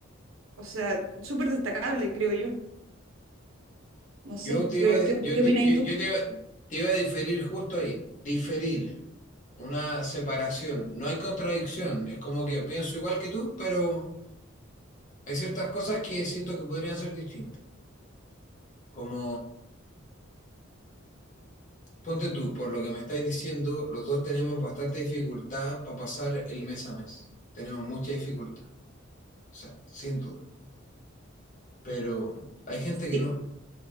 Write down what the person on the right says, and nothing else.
o sea, súper destacable, creo yo. No sé,
¿qué,
qué,
qué
opinas
tú?
Sí,